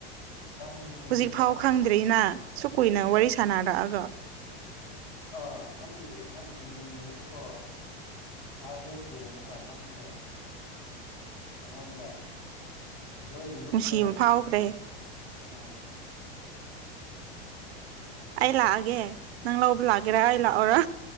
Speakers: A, on the left (about 45°); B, on the right (about 75°).
A: ꯅꯪꯒꯤ ꯃꯤꯡꯁꯨ
B: ꯍꯧꯖꯤꯛ ꯐꯥꯎ
A: ꯑꯁ
B: ꯈꯪꯗ꯭ꯔꯤꯅ ꯁꯨ ꯀꯨꯏꯅ ꯋꯥꯔꯤ ꯁꯥꯟꯅꯔꯛꯑꯒ
A: ꯑꯥ ꯅꯪꯒꯤ ꯅꯪꯒꯤ ꯃꯤꯡꯗꯁꯨ ꯀꯣ ꯑꯁ ꯑꯩ ꯍꯦꯛ ꯌꯦꯡꯒ ꯅꯪꯁꯦ ꯅꯪꯉꯣꯟꯗ ꯂꯣꯏ ꯂꯨꯞꯂ꯭ꯔꯒ
B: ꯅꯨꯡꯁꯤꯕ
A: ꯂꯩꯕꯅꯦ
B: ꯐꯥꯎꯈ꯭ꯔꯦ
A: ꯎꯝ
B: ꯑꯩ ꯂꯥꯛꯑꯒꯦ ꯅꯪ ꯂꯧꯕ ꯂꯥꯛꯒꯦꯔꯥ ꯑꯩ ꯂꯥꯛꯑꯣꯔꯥ